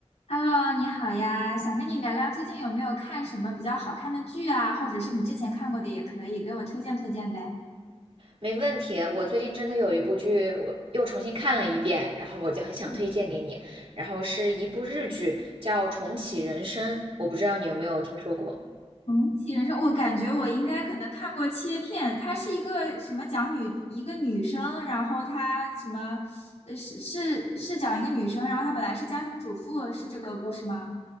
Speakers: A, on the left; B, on the right.
A: Hello，你好呀，想跟你聊聊最近有没有看什么比较好看的剧啊，或者是你之前看过的也可以，给我推荐推荐呗。
B: 没问题。我最近真的有一部剧，我又重新看了一遍，然后我就很想推荐给你。
A: 嗯，
B: 然后是一部日剧，叫《重启人生》，我不知道你有没有听说过。
A: 重启人生，我感觉我应该可能看过切片，它是一个什么讲女一个女生，然后她什么，呃，是是是讲一个女生，然后她本来是家庭主妇，是这个故事吗？